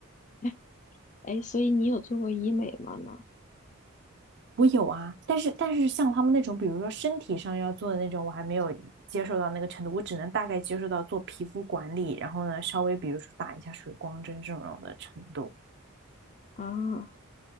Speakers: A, on the left (about 35°); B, on the right (about 50°).
A: 哎哎，所以你有做过医美吗呢？
B: 我有啊，但是但是像他们那种，比如说身体上要做的那种，我还没有接受到那个程度，我只能大概接受到做皮肤管理，然后呢，稍微比如说打一下水光针这种的程度。
A: 啊，